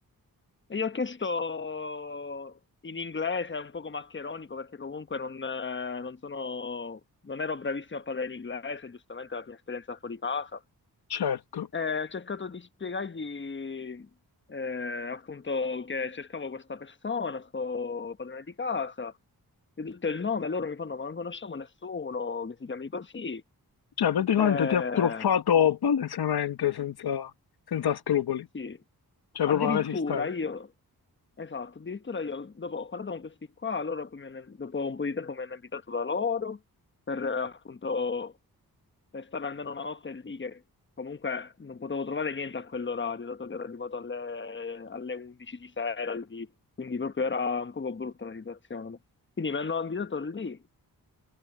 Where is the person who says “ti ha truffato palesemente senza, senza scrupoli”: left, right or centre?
Left